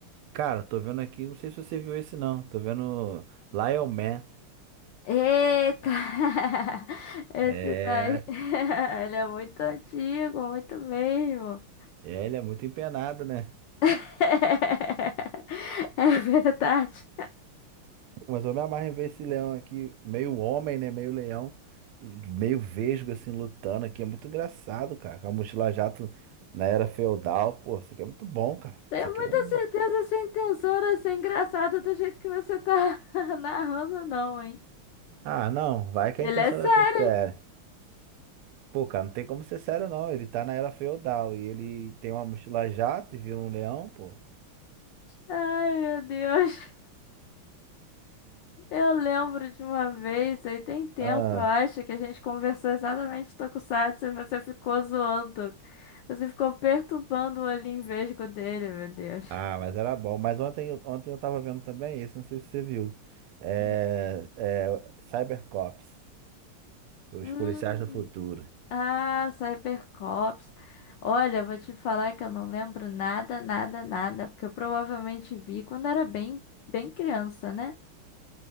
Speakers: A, on the right; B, on the left.
A: Cara, tô vendo aqui, não sei se você viu esse não, tô vendo Lion Man.
B: Eita! <laughs> Esse
A: É,
B: daí, <laughs> ele é muito antigo, muito mesmo.
A: é, ele é muito empenado, né?
B: <laughs> É verdade.
A: Mas eu me amarro em ver esse leão aqui, meio homem, né? Meio leão, meio vesgo, assim, lutando aqui. É muito engraçado, cara. Com a mochila jato na era feudal. Pô, isso aqui é muito bom, cara.
B: Tenho
A: Isso aqui
B: muita
A: é um.
B: certeza sem tesoura, sem engraçado do jeito que você tá <laughs> narrando, não, hein?
A: Ah, não, vai que
B: Ele
A: a intenção
B: é sério.
A: era ser séria. Pô, cara, não tem como ser sério, não. Ele tá na era feudal e ele tem uma mochila jato e vira um leão, pô.
B: Ai, meu Deus. Eu lembro de uma vez, aí tem tempo,
A: Ah,
B: eu acho, que a gente conversou exatamente de Tokusatsu e você ficou zoando. Você ficou perturbando o olhinho vesgo dele, meu Deus.
A: ah, mas era bom. Mas ontem, ontem eu tava vendo também esse, não sei se você viu. É,
B: Hum.
A: é Cybercops, os
B: Hum.
A: policiais do futuro.
B: Ah, Cybercops. Olha, eu vou te falar que eu não lembro nada, nada, nada, porque eu provavelmente vi quando era bem, bem criança, né?